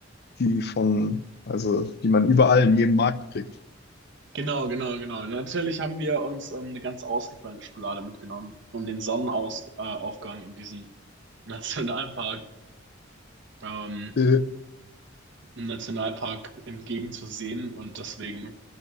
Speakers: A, on the left; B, on the right.
A: Die von, also, die man überall in jedem Markt kriegt.
B: Genau, genau, genau. Natürlich haben wir uns ähm, eine ganz ausgefallene Schokolade mitgenommen, um den Sonnenaufgang äh, Aufgang in diesem <laughs> Nationalpark, ähm,
A: Äh,
B: im Nationalpark entgegenzusehen. Und deswegen,